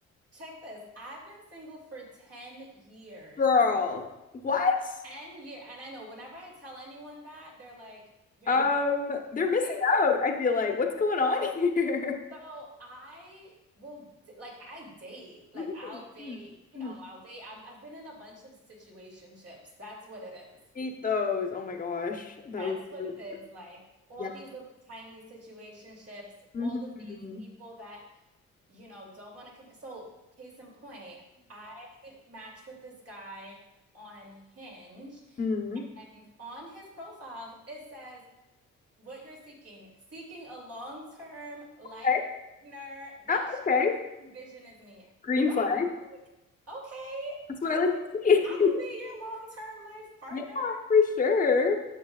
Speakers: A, on the right (about 55°); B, on the left (about 25°).
A: check this. I've been single for 10 years.
B: Girl, what?
A: 10 year. And I know whenever I tell anyone that, they're like, you're
B: Um,
A: lying.
B: they're missing
A: Basically.
B: out, I feel like. What's going on here? <laughs>
A: So I will d- like I date like
B: Mhm,
A: I'll date
B: mhm,
A: you
B: mhm.
A: know I'll date I've, I've been in a bunch of situationships that's what it is
B: Hate those. Oh my gosh. Those,
A: that's what
B: those-
A: it is like all
B: yeah.
A: these little tiny situationships
B: hmm
A: all of these people that you know don't want to commit so case in point I matched with this guy on Hinge
B: hmm
A: and on his profile it says what you're seeking, seeking a long-term life
B: Okay.
A: partner that
B: Yeah,
A: shares
B: okay.
A: the same vision as me.
B: Green
A: Right.
B: flag.
A: I'm like, okay,
B: That's
A: perfect.
B: what I like to see.
A: I can
B: <laughs>
A: be your long-term life partner.
B: Yeah, for sure.